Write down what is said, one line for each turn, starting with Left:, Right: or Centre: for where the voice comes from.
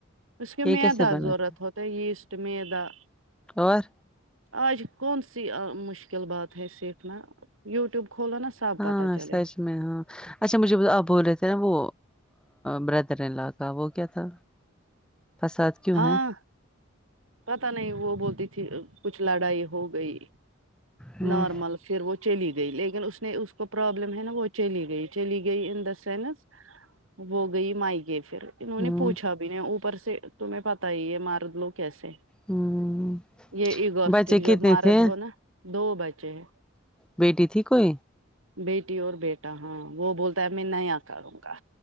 Right: اس کے
Centre: یہ
Right: میدہ
Centre: کیسے بناتا
Right: ضرورت ہوتا یہسٹ میدہ
Centre: اور
Right: آج کون سی مشکل بات ہے سیکھنا وٹیوب کھولو نا سب
Centre: ہاں
Right: پتہ چلے
Centre: سچ میں ہاں اچھا مجھے آپ بول رہے تھے نا وہ بردر ان لو کا وہ کیا تھا فساد کیوں
Right: ہاں
Centre: ہے
Right: پتا نہیں وہ بولتی تھی کچھ لڑائی ہو گئی
Centre: ہمم
Right: نارمل پھر وہ چلی گئی لیکن اس نے اس کو پرابلم ہے نا وہ چلی گئی چلی گئی ان دا سینس وو گئی میکے پھر انہوں
Centre: ہمم
Right: نے پوچھا بھی نے اوپر سے تمہیں پتا ہی یہ مرد لوگ کیسے
Centre: ہمم
Right: یہ ایگوسٹک
Centre: بچے
Right: جب
Centre: کتنے
Right: مارد
Centre: تھے
Right: ہو نا دو بچے ہیں
Centre: بیٹی تھی کوئی
Right: بیٹی اور بیٹا ہاں وہ بولتا ہے میں نہیں آ کروں گا